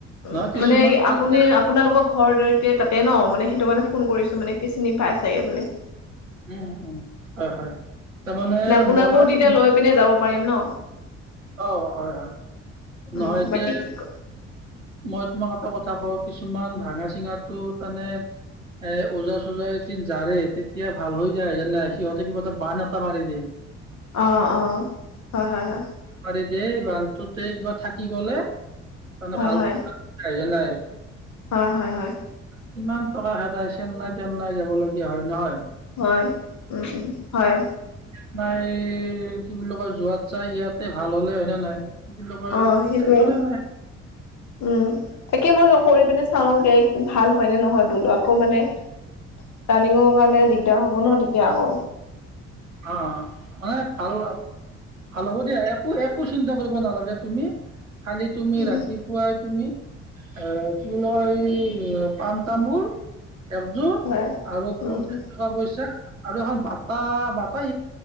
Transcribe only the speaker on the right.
নহয় কিছুমানতো
এতিয়া
উ হয় হয় তাৰমানে
মই
অ হয় হয়
নহয় এতিয়া
মই তোমাক এটা কথা কওঁ কিছুমান ভাঙা চিঙাটো টানে এ ওজা চোজা জাৰে তেতিয়া ভাল হৈ যায় জান নাই সিহঁতে কিবা এটা বান এটা মাৰি দিয়ে
পাৰি দেই বানটোতে কিবা থাকি গলে মানে
ভাল
জ <unintelligible> নাই
কিমান টকা খেদায় চেন্নাই তেন্নাই যাবলগীয়া হয় নহয়
তোৰ এই কি বুলি কয় যোৱাত চাই ইয়াতে ভাল হ'লে হয়নে নাই কি বুলি কয়
টেনচনে নাই
অ মানে ভাল ভাল হ'ব দিয়া একো একো চিন্তা কৰিব নালাগে তুমি খালি তুমি
ৰাতিপুৱাই তুমি আহ কি বুলি এই পাণ তামোল একযোৰ
আৰু
পঞ্চাশ
টকা পইচা আৰু এখন বঁটা পাই